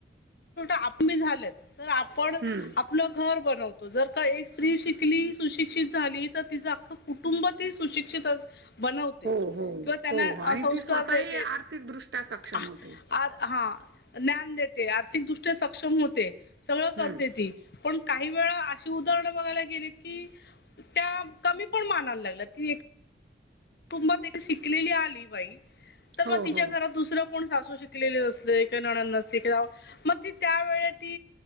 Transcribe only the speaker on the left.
ट आपमी झालेत तर आपण
आपलं घर बनवतो. त जर का एक स्त्री शिकली सुशिक्षित झाली तर तिचं अख्खं कुटुंब त सुशिक्षित अस बनवते
किंवा
त्यांना
संस्कार
देते.
अअ
हा ज्ञान देते आर्थिकदृष्ट्या सक्षम होते सगळं
करते ती. पण काही वेळा अशी उदाहरणं बघायला गेलीत की, त्या कमी पण मानायला लागल की, कुटुंबात शिकलेली आली बाई तर
मग तिच्या
घरात दुसरं कोण सासू शिकलेले नसते का न नसते का मग त त्या व ती